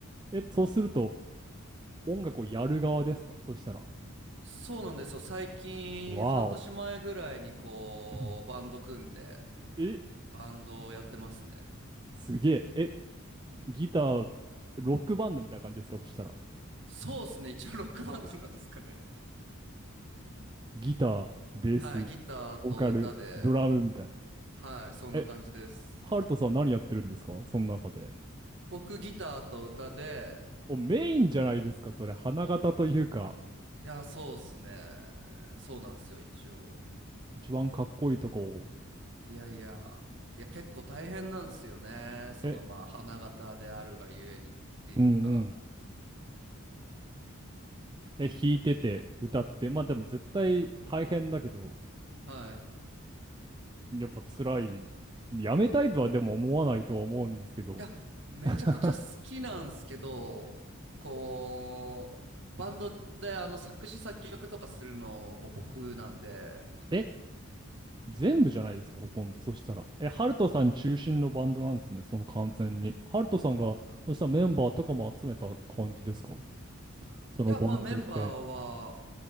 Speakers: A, on the right; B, on the right.
A: ー。え、そうすると、音楽をやる側ですかそしたら。
B: そうなんですよ。最近、
A: わお。
B: 半年前ぐらいにこう、
A: <clears throat>
B: バンド組んで、
A: え、
B: バンドをやってますね。
A: すげえ。え、ギター、ロックバンドみたいな感じですかそしたら。
B: そうですね。一応ロックバンドなんですかね。
A: ギター、ベース、
B: はい。ギターと歌で、
A: ボーカル、ドラムみたいな。
B: はい。そんな感じです。
A: え、ハルトさん何やってるんですかその中で。
B: 僕ギターと歌で、
A: お、メインじゃないですか、それ。花形というか、
B: いや、そうっすね。そうなんですよ、一応。
A: 一番かっこいいとこを。
B: いやいや。いや、結構大変なんですよね。その、
A: え、
B: まあ、花形であるがゆえにっていうか。
A: うんうん。え、弾いてて、歌って。まあでも絶対大変だけど、
B: はい。い
A: やっぱ辛い。やめたいとはでも思わないとは思うんですけど。
B: や、めちゃくちゃ好きなんすけど、
A: <laughs>
B: こう、バンドであの作詞作曲とかするのも僕なんで、
A: え、全部じゃないですか、ほとんど。そしたら。え、ハルトさん中心のバンドなんですね、その完全に。ハルトさんが、そしたらメンバーとかも集めた感じですかそのバンドって。
B: いや、まあメンバーは、